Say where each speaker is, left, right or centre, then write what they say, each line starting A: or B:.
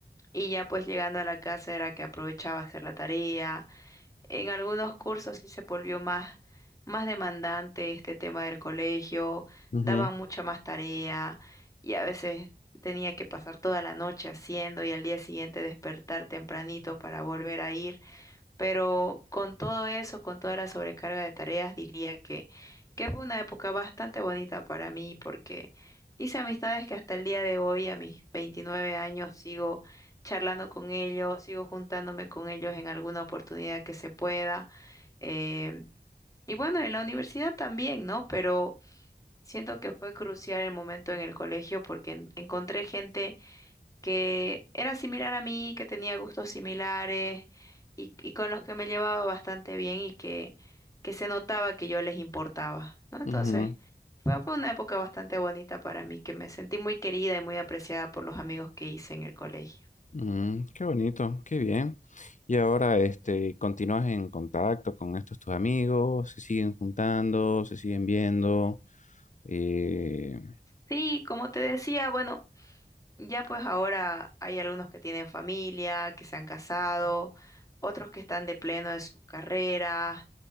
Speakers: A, on the left; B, on the left.
A: y ya pues llegando a la casa era que aprovechaba a hacer la tarea en algunos cursos sí se volvió más, más demandante este tema del colegio,
B: ujú,
A: daban mucha más tarea y a veces tenía que pasar toda la noche haciendo y al día siguiente despertar tempranito para volver a ir. Pero con todo eso, con toda la sobrecarga de tareas, diría que, que fue una época bastante bonita para mí porque hice amistades que hasta el día de hoy, a mis 29 años, sigo charlando con ellos, sigo juntándome con ellos en alguna oportunidad que se pueda. em, y bueno, en la universidad también, ¿no? Pero siento que fue crucial el momento en el colegio porque en- encontré gente que era similar a mí, que tenía gustos similares y, y con los que me llevaba bastante bien y que, que se notaba que yo les importaba, ¿no? Entonces,
B: ujú.
A: fue, fue una época bastante bonita para mí, que me sentí muy querida y muy apreciada por los amigos que hice en el colegio.
B: Mm, qué bonito, qué bien. Y ahora, este, ¿continúas en contacto con estos tus amigos? ¿Se siguen juntando? ¿Se siguen viendo? Eh,
A: Sí, como te decía, bueno, ya pues ahora hay algunos que tienen familia, que se han casado, otros que están de pleno en sus carreras